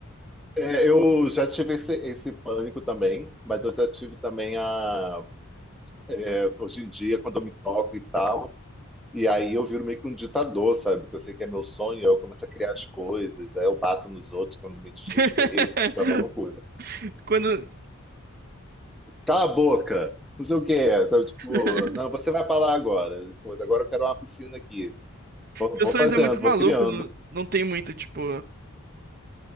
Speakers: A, in the centre; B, on the right.
A: É, eu já tive esse, esse pânico também, mas eu já tive também a, é, hoje em dia, quando eu me toco e tal. E aí eu viro meio que um ditador, sabe? Que eu sei que é meu sonho, aí eu começo a criar as coisas, aí eu bato nos outros quando me desrespeitam,
B: <laughs>
A: tipo, é uma loucura.
B: Quando.
A: Cala a boca! Não sei o quê, sabe?
B: <laughs>
A: Tipo, não, você vai pra lá agora. Pô, Agora eu quero uma piscina aqui. Vou,
B: Meus
A: vou
B: sonhos
A: fazendo,
B: é muito
A: vou
B: maluco,
A: criando.
B: não, não tem muito, tipo,